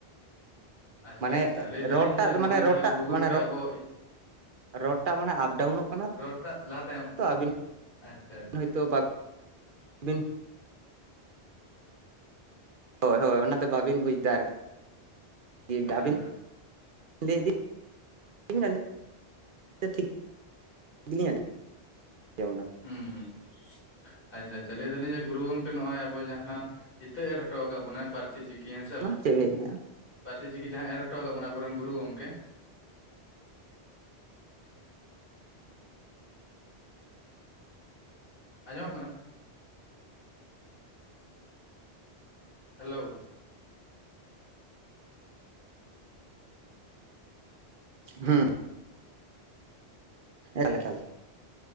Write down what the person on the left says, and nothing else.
ᱟᱪᱪᱷᱟ
ᱟᱪᱪᱷᱟ ᱞᱟᱹᱭ ᱫᱟᱞᱤᱧ
ᱡᱮ ᱱᱚᱜᱼᱚᱭ
ᱡᱟᱦᱟᱸ ᱜᱩᱨᱩ ᱜᱚᱢᱠᱮ
ᱟᱵᱚ
ᱨᱚᱲᱴᱟᱜ ᱞᱟᱦᱟ ᱛᱟᱭᱚᱢ
ᱟᱪᱪᱷᱟ ᱟᱪᱪᱷᱟ
ᱦᱮᱸ
ᱦᱩᱸ ᱦᱩᱸ ᱟᱪᱪᱷᱟ ᱟᱪᱷᱟ ᱞᱮᱭ ᱫᱟᱹᱞᱤᱧ ᱡᱮ ᱜᱩᱨᱩ ᱜᱚᱝᱠᱮ ᱱᱚᱜᱼᱚᱭ ᱟᱵᱚᱭᱟᱜ ᱡᱟᱦᱟᱸ ᱤᱛᱟᱹ ᱮᱨ ᱦᱚᱴᱚ ᱠᱟᱜ ᱵᱚᱱᱟᱭ ᱯᱟᱹᱨᱥᱤ ᱪᱤᱠᱤ ᱠᱤ ᱦᱮᱸᱥᱮ ᱵᱟᱝ
ᱯᱟᱹᱨᱥᱤ ᱪᱤᱠᱤ ᱡᱟᱸᱦᱟᱭ ᱮᱨ ᱦᱚᱴᱚᱠᱟᱜ ᱵᱚᱱᱟ ᱟᱵᱚᱨᱮᱱ ᱜᱩᱨᱩ ᱜᱚᱝᱠᱮ ᱟᱸᱡᱚᱢᱚᱜ ᱠᱟᱱᱟ ᱦᱮᱞᱳ